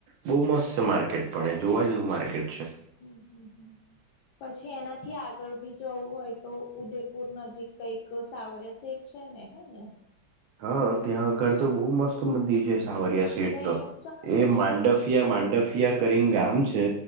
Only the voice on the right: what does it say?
બહુ મસ્ત છે માર્કેટ પણ એ જોવા જેવું માર્કેટ છે.
હા ત્યાં આગળ તો બહુ મસ્ત મંદી છે સાવરિયા સેટ
તો
એ
માંડ ફિયા માંડફિયા કરીંન ગામ છે